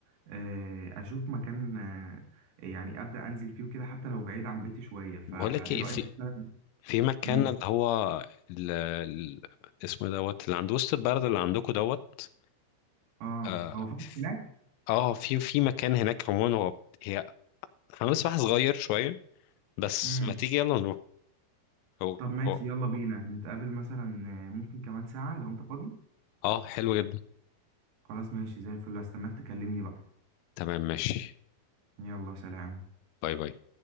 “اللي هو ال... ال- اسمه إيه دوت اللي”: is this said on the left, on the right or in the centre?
Left